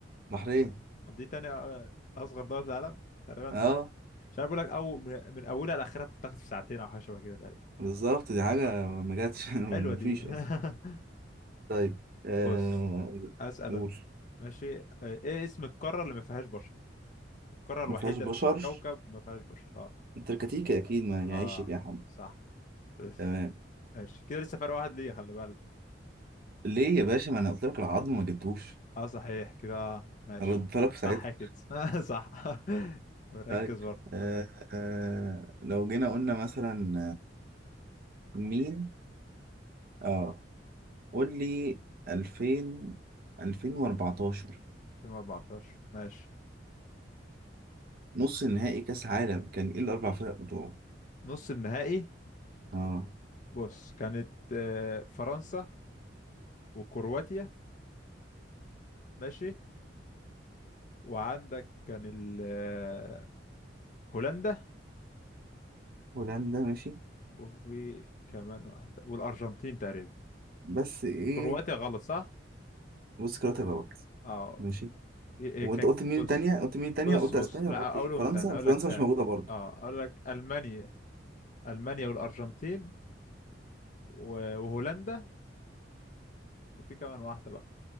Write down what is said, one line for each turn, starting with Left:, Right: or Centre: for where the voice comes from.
Right: بحرين
Left: دي تاني آه، اصغر دوله في العالم تقريبا
Right: اه
Left: مش عارف اقول لك او من من اولها لاخرها بتاخد في ساعتين او حاجه شبه كده تقريبا
Right: بالظبط دي حاجة
Left: آه.
Right: ما
Left: آه.
Right: جاتش <laughs>
Left: حلوه
Right: مفيش
Left: دي
Right: اصلا
Left: <laughs>
Right: طيب آه
Left: بص اسال
Right: قول
Left: أنا. ماشي آه، ايه اسم القاره اللي ما فيهاش بشر القاره الوحيده
Right: ما فيهاش بشر
Left: اللي في الكوكب ما فيهاش بشر اه
Right: التركتيكة أكيد ما يعيش
Left: اه
Right: فيها حد
Left: صح <laughs>
Right: تمام
Left: ماشي كده لسه فرق واحد ليا خلي بالك
Right: ليه يا باشا ما أنا قلت لك العظم ما جبتوش
Left: اه صحيح كده آه، ماشي
Right: رد لك في ساعتها
Left: صح كده <laughs> صح <laughs> ركز
Right: طيب
Left: برضه
Right: آه آه لو جينا قلنا مثلا آه، مين اه قول لي 2000 2014
Left: 2014 ماشي
Right: نص نهائي كأس عالم كان ايه الأربع فرق بتوعه
Left: نص النهائي
Right: اه
Left: بص كانت آه، فرنسا وكرواتيا ماشي وعندك كان ال- آه، هولندا
Right: هولندا ماشي
Left: وفي كمان واحدة والأرجنتين تقريبا
Right: بس ايه
Left: كرواتيا غلط صح؟
Right: بص كرات غلط
Left: اه
Right: ماشي
Left: إيه إيه
Right: وانت
Left: كان
Right: قلت مين
Left: بص
Right: التانية قلت مين التانية
Left: بص
Right: قلت
Left: بص
Right: اسبانيا
Left: لا
Right: ولا قلت
Left: أقولهم
Right: ايه فرنسا
Left: تاني أقول
Right: فرنسا
Left: لك تاني
Right: مش موجودة برضه
Left: اه أقول لك ألمانيا ألمانيا والأرجنتين و- وهولندا وفي كمان واحدة بقى